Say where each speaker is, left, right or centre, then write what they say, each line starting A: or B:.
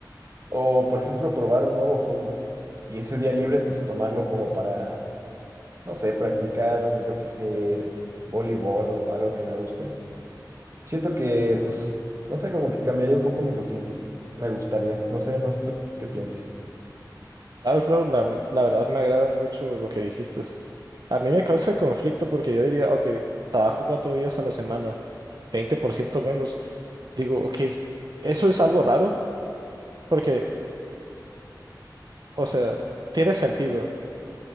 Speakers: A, on the right; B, on the right.
A: o por ejemplo, probar un nuevo hobby y ese día libre, pues tomarlo como para, no sé, practicar, yo qué sé, voleibol o algo que me guste. Siento que, pues, no sé, como que cambiaría un poco mi rutina. Me gustaría, no sé, no sé tú qué pienses.
B: Claro, claro, la, la verdad me agrada mucho lo que dijiste. A mí me causa conflicto porque yo diría, ok, trabajo cuatro días a la semana, 20% menos. Digo, ok, eso es algo raro porque, o sea, tiene sentido.